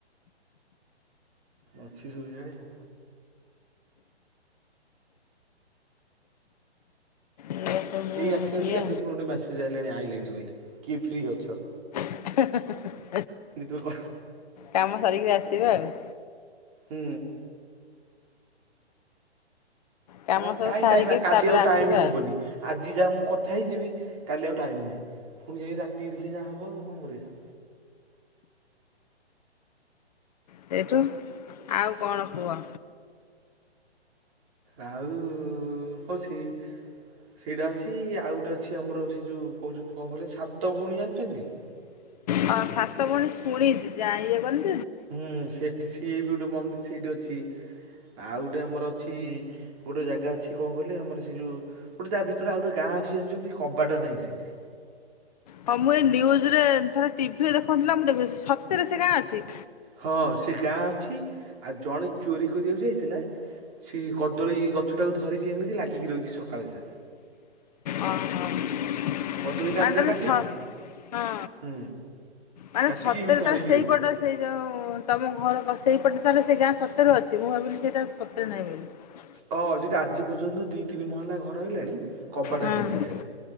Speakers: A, on the right (about 30°); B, on the left (about 35°).
A: ଅଛି ସବୁ ଜାଣିନ?
B: ଏଇଆ ସବୁ
A: କେହି ଆସି ନଥିଲେ
B: ଇଏ
A: ଏବେ ଫୋନ୍ ଗୋଟେ ମେସେଜ୍ ଆଇିଲାଣି ଆଇଲିଣି ବୋଲି କିଏ ଫ୍ରି ଅଛ?
B: <unintelligible>
A: ଭିତରକୁ
B: କାମ ସାରିକି ଆସିବା ଆଉ
A: ହୁଁ।
B: କାମ
A: ହଁ
B: ସବୁ
A: କାଇଁ
B: ସାରିକି
A: କାଲି
B: ତାପରେ
A: ଆଉ ଟାଇମ
B: ଆସିବା
A: ହବନି
B: ଆଉ।
A: ଆଜି ଯାହା ମୁଁ କ କଥା ହେଇଯିବି କାଲି ଆଉ ଟାଇମ ନାହିଁ। ପୁଣି ଯାଇକ ରାତି ଦେଖେ ଯାହାହବଉ କଣ କରିବା
B: ସେଇଠୁ ଆଉ କଣ କୁହ?
A: ଆଉ କହୁଛି ସେଇଟା ଅଛି ଆଉ ଗୋଟେ ଅଛି ଆମର ସେ ଯୋଉ କହୁଛନ୍ତି କଣ କହିଲେ ସାତ ଭଉଣୀ ଯାଣିଛନ୍ତି?
B: ହଁ ସାତ ଭଉଣୀ ଶୁଣିଛି ଯା ଇଏ କରିନି
A: ହୁଁ ସେଠି ସିଏ ବି ଗୋଟେ ମନ୍ଦିର ସେଇଠି ଅଛି। ଆଉ ଗୋଟେ ଆମର ଅଛି ଗୋଟେ ଜାଗା ଅଛି କଣ କହିଲେ ଆମର ସେ ଯୋଉ ଗୋଟେ ଯାହା ଭିତରେ ଆଉ ଗୋଟେ ଗାଁ ଅଛି ଜାଣିଛନ୍ତି କବାଟ ନାହିଁ ସେଠି।
B: ହଁ ମୁଁ ଏଇ ନିଉଜୁ ରେ ଥରେ ଟିଭି ରେ ଦେଖଉଥିଲା ମୁଁ ଦେଖ ସତରେ ସେ ଗାଁ ଅଛି।
A: ହଁ ସେ ଗାଁ ଅଛି। ଆଉ ଜଣେ ଚୋରି କରିବାକୁ ଯାଇଥିଲା ସେ କଦଳୀ ଗଛଟାକୁ ଧରିଛି ଏମିତି ଲାଗିକି ରହିଛି ସକାଳେ ସେ
B: ଅ ଆ
A: କଦଳୀ କାନ୍ଦିଟା
B: ତାହଲେ
A: କାଟିଛି
B: ସ ହଁ
A: ହୁଁ
B: ମାନେ
A: କାଟିକି
B: ସତରେ
A: ଏମିତି ଧରିକି
B: ତ ସେଇପଟ
A: ରହିଛି
B: ସେଇ ଯୋଉ ତମ ମୋର ସେଇପଟେ ତାହେଲେ ସେ ଗାଁ ସତରେ ଅଛି ମୁଁ ଭାବିଲି ସେଇଟା ସତରେ ନାହିଁ ବୋଲିି।
A: ହଁ ସେଠା ଆଜି ପର୍ଯ୍ୟନ୍ତ ଦି ତିନି ମହିଲା ଘର ହେଲାଣି କବାଟ
B: ହଁ
A: ନାହିଁ ସେ ଜାଗାରେ।